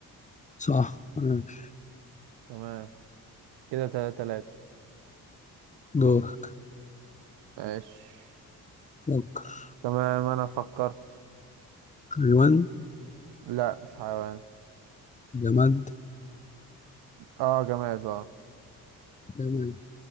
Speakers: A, on the left; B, on the right.
A: صح ماشي
B: تمام كده تلاتة تلاتة
A: دورك
B: ماشي
A: فكر
B: تمام انا فكرت
A: حيوان
B: لا مش حيوان
A: جماد
B: اه جماد اه
A: جماد